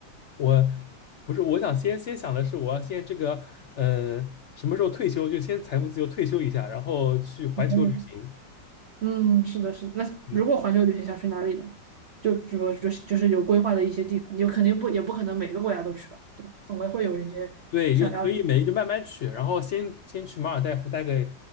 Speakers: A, on the left; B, on the right.
A: 我不是，我想先先想的是，我要先这个，呃，什么时候退休就先财富自由退休一下，然后去环球旅行。
B: 嗯，嗯，是的，是的那如果环球旅行想去哪里呢？
A: 嗯，
B: 就比如就是就是有规划的一些地方，你肯定不也不可能每个国家都去吧，对吧？总归会有一些想要，
A: 对，也可以没就慢慢去，然后先先去马尔代夫待个